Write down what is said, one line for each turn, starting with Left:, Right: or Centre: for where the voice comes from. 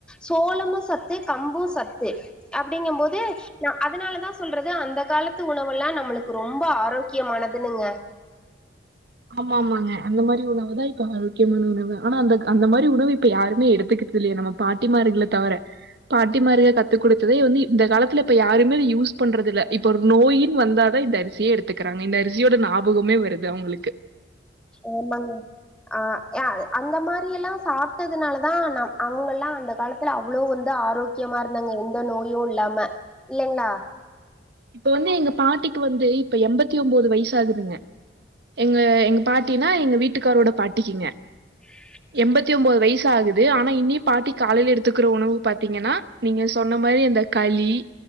Centre: சோளமு சத்து கம்பு சத்து அப்டிங்கம் போது நா அதனாலதா சொல்றே அதா அந்த காலத்து உணவெல்லா நம்மளுக்கு ரொம்ப ஆரோக்கியமானதுனுங்க
Right: ஆமா ஆமாங்க அந்த மாரி உணவு தா இப்ப ஆரோக்கியமான உணவு ஆனா அந்தக் அந்த மாரி உணவு இப்ப யாருமே எடுத்துக்கிட் இல்லையே நம்ம பாட்டிமார்கள தவர பாட்டி மார்க கத்து குடுத்ததே வந்து இந்த காலத்துல இப்ப யாருமே யூஸ் பண்றதில்ல இப்ப ஒரு நோயுன் வந்தாதா இந்த அரி சியே எடுத்துக்குறாங்க இந்த அரிசியோட ஞாபகமே வருது அவ்ங்ளுக்கு
Centre: ஆமாங்க ஆ யா அந்த மாரியெல்லா சாப்டதுனாலதா ந அவ்ங்கள்லா அந்த காலத்துல அவ்ளோ வந்து ஆரோக் கியமா இருந்தாங்க எந்த நோயு இல்லாம இல்லைங்களா
Right: இப்ப வந்து எங்க பாட்டிக்கு வந்து இப்ப எப்பத்தி ஒம்போது வயசு ஆகுதுங்க எங்க எங்க பாட்டினா எங்க வீட்டுக்காரோட பாட்டிக்குங்க
Centre: <inaudible>
Right: எம்பத்தி ஒம்போது வயசு ஆகுது ஆனா இன்னி பாட்டி காலைல எடுத்துக்குற உணவு பாத்தீங்கனா நீங்க சொன்ன மாரி அந்த களி